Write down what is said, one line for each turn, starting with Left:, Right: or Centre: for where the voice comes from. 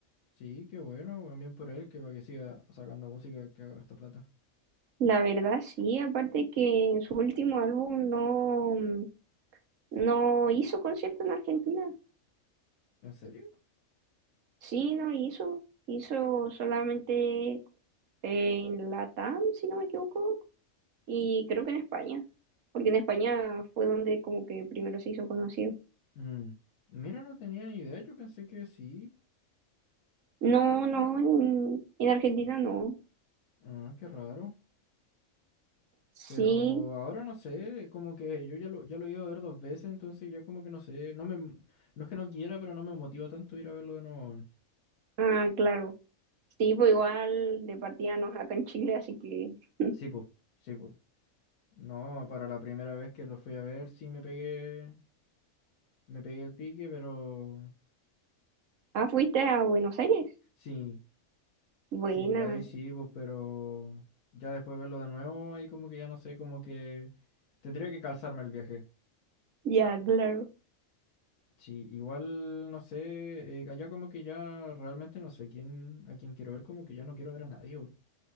Left: Sí, qué bueno, weón, bien por él, que para que siga sacando música que haga harta plata.
Right: La verdad, sí, aparte que en su último álbum no, mm, no hizo concierto en Argentina.
Left: ¿En serio?
Right: Sí, no hizo. Hizo solamente en Latam, si no me equivoco, y creo que en España, porque en España fue donde como que primero se hizo conocido.
Left: Mm, Mira, no tenía ni idea, yo pensé que sí.
Right: No, no, en, en Argentina no.
Left: Ah, qué raro.
Right: Sí,
Left: Pero ahora no sé, como que yo ya lo, ya lo he ido a ver dos veces, entonces ya como que no sé, no me, no es que no quiera, pero no me motiva tanto ir a verlo de nuevo.
Right: ah, claro. Sí, pues igual de partida no es acá en Chile, así que... <laughs>
Left: Sí, pues, sí, pues. No, para la primera vez que lo fui a ver sí me pegué, me pegué el pique, pero
Right: Ah, fuiste a Buenos Aires.
Left: sí.
Right: Buena.
Left: Sí, ahí sí, pues, pero ya después de verlo de nuevo, ahí como que ya no sé, como que tendría que calzarme el viaje.
Right: Ya, claro.
Left: Sí, igual no sé, eh, allá como que ya realmente no sé quién, a quién quiero ver, como que ya no quiero ver a nadie, güey.